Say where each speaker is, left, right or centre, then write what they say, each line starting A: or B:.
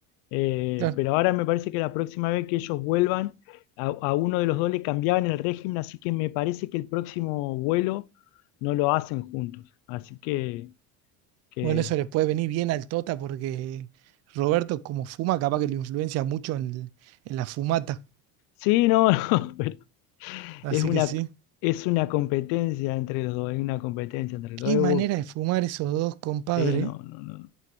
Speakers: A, on the left; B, on the right.
A: eh,
B: claro.
A: pero ahora me parece que la próxima vez que ellos vuelvan, a, a uno de los dos le cambiaban el régimen, así que me parece que el próximo vuelo no lo hacen juntos. Así que, que-
B: Bueno, eso le puede venir bien al Tota porque Roberto, como fuma, capaz que lo influencia mucho en, en la fumata.
A: sí, no, <laughs> no, pero
B: Así
A: es una,
B: que sí.
A: es una competencia entre los dos, es una competencia entre
B: Qué
A: los dos.
B: manera de fumar esos dos, compadre.
A: Eh, no,
B: ¿eh?
A: no, no,